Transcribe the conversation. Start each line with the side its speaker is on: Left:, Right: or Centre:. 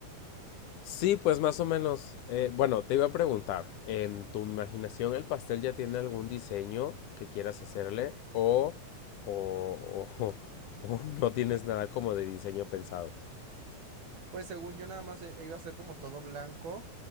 Left: Sí, pues más o menos. Eh, bueno, te iba a preguntar, ¿en tu imaginación el pastel ya tiene algún diseño que quieras hacerle o, o, o, <laughs> o no tienes nada como de diseño pensado?
Right: Pues según yo nada más eh, iba a ser como todo blanco